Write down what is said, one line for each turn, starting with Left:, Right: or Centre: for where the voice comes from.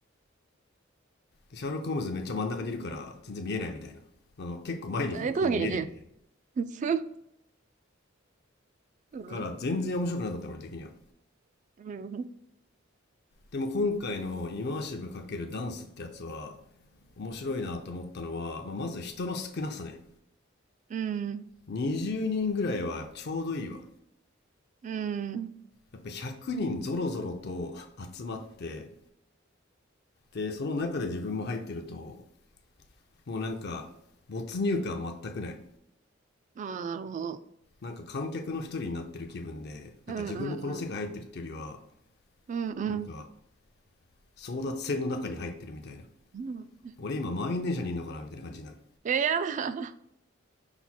Left: でシャーロック・ホームズめっちゃ真ん中にいるから全然見えないみたいなあの結構前に行かないと全然見えないみたい
Right: 大道芸じゃん。<laughs> うん。
Left: なから全然面白くなかったの俺的には
Right: うん。
Left: でも今回のイマーシブ×ダンスってやつは面白いなと思ったのは、まあ、まず人の少なさね
Right: うん。
Left: 20人ぐらいはちょうどいいわ。
Right: うん。
Left: やっぱ100人ぞろぞろと集まって、で、その中で自分も入ってると、もうなんか、没入感全くない。
Right: ああ、なるほど。
Left: なんか観客の一人になってる気分で、
Right: うんうんうん。
Left: なんか自分もこの世界入ってるっていうよりは、
Right: うんうん。
Left: なんか争奪戦の中に入ってるみたいな。
Right: うん
Left: 俺今満員電車にいるのかなみたいな感じになる。
Right: え、やだ。